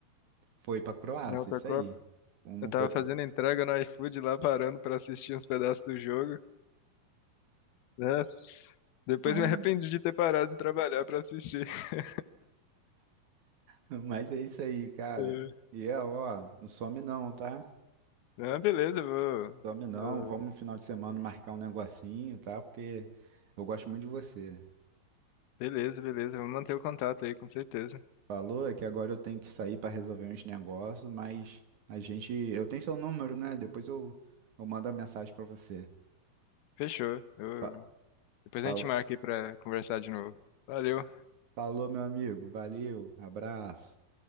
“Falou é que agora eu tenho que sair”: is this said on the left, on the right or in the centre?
Right